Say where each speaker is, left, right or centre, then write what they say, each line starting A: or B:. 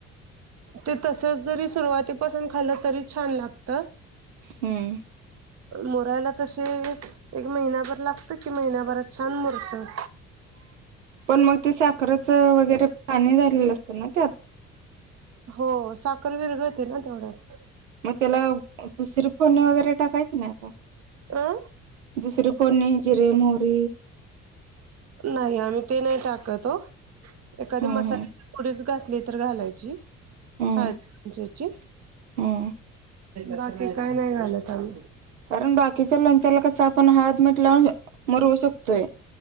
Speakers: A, on the right; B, on the right.
A: ते तसच जरी सुरुवातीपासून खाल्लं तरी छान लागत.
B: हम्म.
A: मोरायला तशे. एक महिनाभर लागत की महिनाभरात छान मुरत.
B: पण मग ते साखरच वगैरे पाणी झालेलं असतं ना त्यात.
A: हो साखर विरघळतेना तेवढ्यात.
B: मग त्याला दुसर फोडणी वगैरे टाकायच नाही का?
A: अं
B: दुसरी फोडणी जिरे, मोरी.
A: नाही आम्ही ते नाही टाकत ओ, एखाद्या
B: हम्म
A: मसाल्याच्या पुढेच घातले तर घालायची.
B: हम्म
A: हा ज्याची,
B: हम्म
A: बा की काय नाही झालं काम.
B: कारण बाकीच्या लोणच्याला कसा आपण हळद, मीठ लावून मरवू शकतोय.